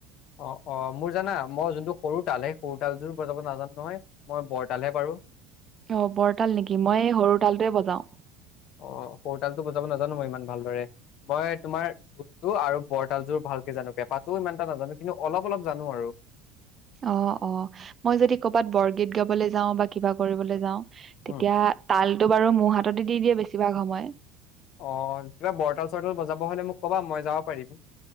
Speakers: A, on the left; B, on the right.
A: অ অ মোৰ জানা মই যোনটো সৰু তাল সেই সৰু তাল যোৰ যাব নাজানো নহয় মই বৰতালহে পাৰো।
B: অ বৰতাল নেকি মই সৰু তালটোৱে বজাও।
A: অ বৰ্টাল টো বজাব নাজানো মই ইমান ভালদৰে। মই তোমাৰ ঢোলতো আৰু বৰতালযোৰ ভালকে জানো বেপাত। তো ইমান এটা নাজানো কিন্তু অলপ অলপ জানো আৰু।
B: অ অ মই যদি কৰ'বাত বৰগীত গাবলৈ যাওঁ বা কিবা কৰিবলৈ যাওঁ তেতিয়া।
A: উম।
B: তালটো বাৰু মোৰ হাততে দি দিয়ে বেছিভাগ সময়।
A: অ কিবা বৰতাল চৰতল বজাব হ'লে মোক ক'বা মই যাব পাৰিম।